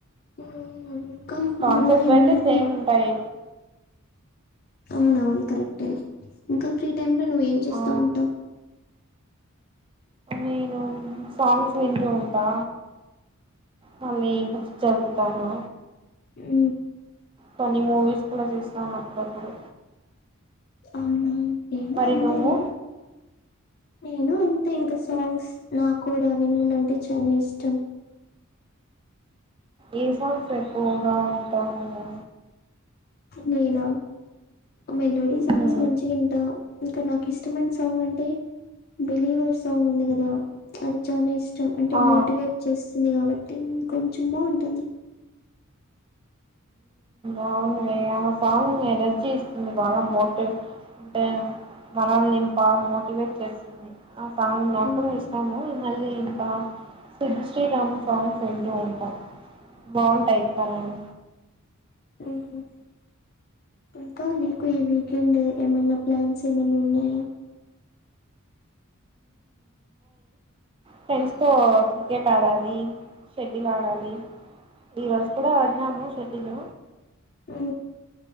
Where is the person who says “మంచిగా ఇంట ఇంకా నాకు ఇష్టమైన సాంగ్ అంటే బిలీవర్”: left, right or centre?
Left